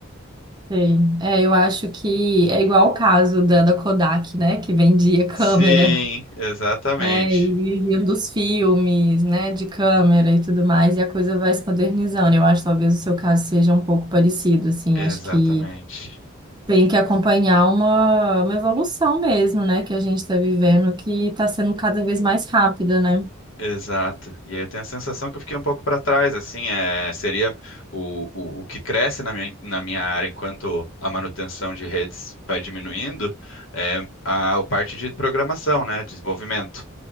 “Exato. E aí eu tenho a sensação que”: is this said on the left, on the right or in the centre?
Left